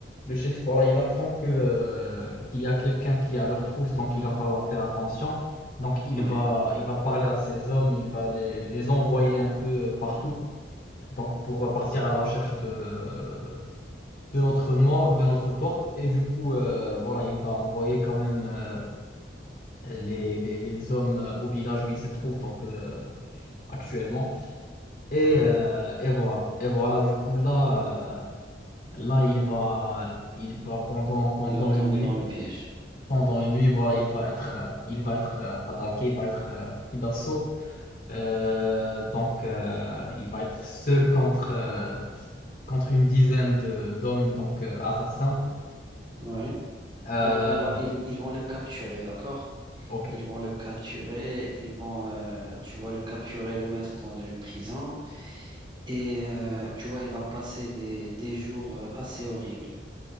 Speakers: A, on the left; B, on the right.
A: le chef, voilà, il apprend que, euh, qu'il y a quelqu'un qui est à leur trousse, donc il va falloir faire attention. Donc il
B: Oui.
A: va, il va parler à ses hommes, il va les, les envoyer un peu partout, donc pour partir à la recherche de, de notre mort, de notre porte. Et du coup, euh, voilà, il va envoyer quand même euh, les, les, les hommes euh, au village où ils se trouvent, donc euh, actuellement. Et,
B: Ouais.
A: euh, et voilà. Et voilà, du coup, là, euh, là il va, il va pendant, pendant
B: Il va tomber
A: une nuit,
B: dans le piège.
A: pendant une nuit, voilà, il va être, euh, il va être euh, attaqué, il va être euh, pris d'assaut. Euh, donc, euh, il va être seul contre, euh, contre une dizaine de, d'hommes, donc euh, assassins.
B: Oui.
A: Euh,
B: Donc on va, ils, ils vont le capturer, d'accord?
A: ok.
B: Ils vont le capturer, ils vont, euh, tu vois, le capturer, le mettre dans une prison. Et euh, tu vois, il va passer des, des jours euh, assez horribles.